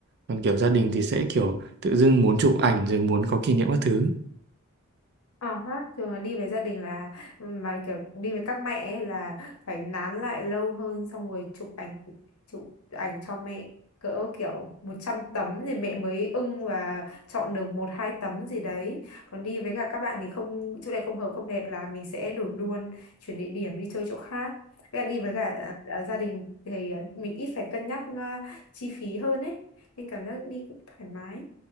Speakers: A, on the right; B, on the left.
A: Còn kiểu gia đình thì sẽ kiểu tự dưng muốn chụp ảnh rồi muốn có kỷ niệm các thứ.
B: Ờ ha, thường là đi với gia đình là mà kiểu đi với các mẹ ấy là phải nán lại lâu hơn xong rồi chụp ảnh chụp ảnh cho mẹ cỡ kiểu 100 tấm thì mẹ mới ưng và chọn được một hai tấm gì đấy. Còn đi với cả các bạn thì không chỗ này không hợp không đẹp là mình sẽ đổi luôn, chuyển địa điểm đi chơi chỗ khác. Với cả đi với cả à, gia đình thì à, mình ít phải cân nhắc à, chi phí hơn ấy. Nên cảm giác đi cũng thoải mái.